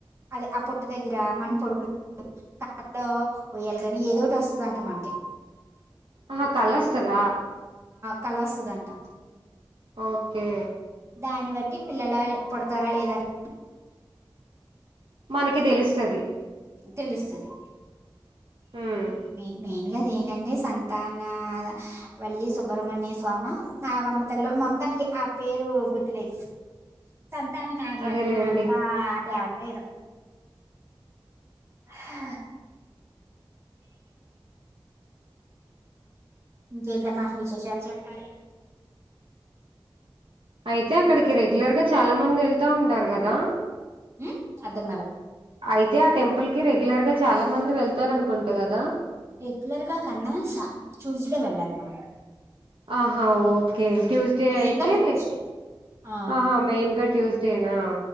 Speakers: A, on the right; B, on the right.
A: అదే ఆ పుట్ట దగ్గర మనం పొడుకు <unintelligible> ఉయ్యాల గని ఏదోటి వస్తుదంట మనకి
B: ఆహ కలొస్తద
A: కళస్తదంట
B: ఓకే
A: దాన్ని బట్టి పిల్లల పుడతారా లేద అని
B: మనకి దెలుస్తది
A: తెలుస్తది
B: మ్మ్
A: మీ మెయిన్ గా అది ఏంటంటే సంతాన వల్లి సుబ్రహ్మణ్య స్వామ నాగమ్మతల్లో మా మొత్తానికి ఆ పేరు గుత్తులేదు సంతాన నాగలక్ష్మ
B: అదేలేండి
A: కా దేవత ఏదో ఆ ఇంకేంటమ్మ విశేషాలు చెప్పాలి
B: అయితే అక్కడికి రెగ్యులర్ గా చాలా మంది ఎళ్తా ఉంటారు గదా
A: ఉమ్ అర్థం కాల
B: అయితే ఆ టెంపుల్ కి రెగ్యులర్ గా చాలా మంది వెళ్తారు అనుకుంటా గదా
A: రెగ్యులర్ గా కన్నా సా చూజ్ డే వెళ్ళాలి మనం
B: ఆహా ఓ ఓకే ట్యూస్డే
A: మెయిన్
B: అయితే
A: గా ట్యూస్డే ఆ
B: ఆహా మెయిన్ గా ట్యూస్డేనా